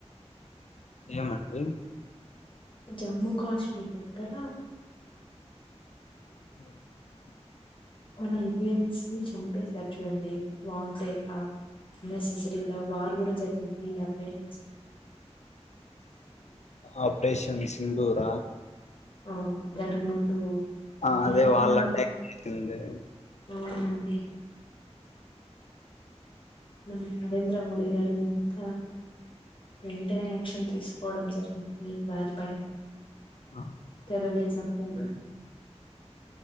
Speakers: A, on the left (about 75°); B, on the left (about 45°).
A: ఏమండి
B: జమ్మూ కాశ్మీర్ దగ్గర
A: ఉ
B: మన ఇండియన్స్ ని చంపేసారు చూడండి వాంటెడ్ గా సెన్సేషన్ గా వారు కూడా జరిగింది ఆపరేషన్
A: ఆపరేషన్ సింధూర
B: ఆ దానికి ముందు
A: ఆ
B: అన్యాయంగా
A: అదే వాళ్ళ అటాకుచేసింది
B: అవునండి మన నరేంద్ర మోడీ గారు ఎంత వెంటనే యాక్షన్ తీసుకోవడం జరిగింది వారిపైన
A: ఆ,
B: టెర్రరిజం ఉ